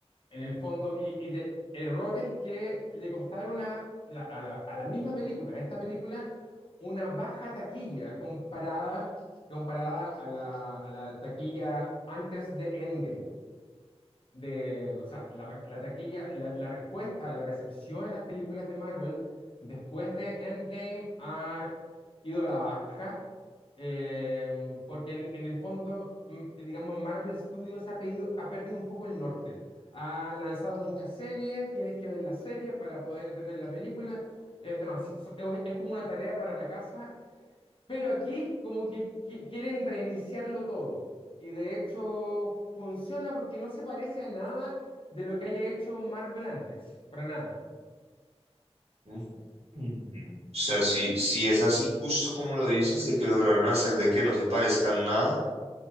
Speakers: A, on the left (about 50°); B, on the right (about 75°).
A: en el fondo y, y de errores que le costaron a la, a la a la misma película, a esta película, una baja taquilla comparada comparada a la, a la taquilla antes de Endgame. De, o sea, la, la taquilla, la, la respuesta, la recepción a las películas de Marvel después de Endgame ha ido a la baja, eh, porque en, en el fondo, mm, digamos, Marvel Studios ha, pedido- ha perdido un poco el norte. Ha lanzado muchas series, tienes que ver la serie para poder entender la película. Es demasi- so- es es como una tarea para la casa pero aquí como que qui- quieren reiniciarlo todo. Y de hecho funciona porque no se parece a nada de lo que haya hecho Marvel antes. Para nada.
B: Mm. O sea, si, si es así justo como lo dices, de que lograron hacer de que no se parezcan nada.